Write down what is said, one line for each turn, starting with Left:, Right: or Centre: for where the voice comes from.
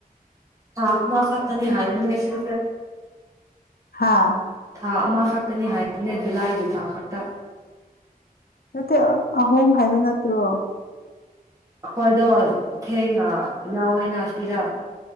Right: ꯎꯝ ꯃꯥ ꯈ ꯅꯤ ꯍꯥꯏ ꯂꯩꯁꯤ
Left: ꯍꯥꯥ
Right: ꯊꯥ ꯑꯃꯈꯛꯇꯅꯤ ꯍꯥꯏꯕꯅꯦ ꯖꯨꯂꯥꯏꯒꯤ ꯊꯥ ꯈꯛꯇ
Left: ꯅꯠꯇꯦ ꯑꯍꯣꯝ ꯍꯥꯏꯕ ꯅꯠꯇ꯭ꯔꯣ
Right: ꯍꯣꯏꯗꯣ ꯊꯦꯡꯉ ꯌꯥꯎꯋꯦꯅ ꯑꯁꯤꯔ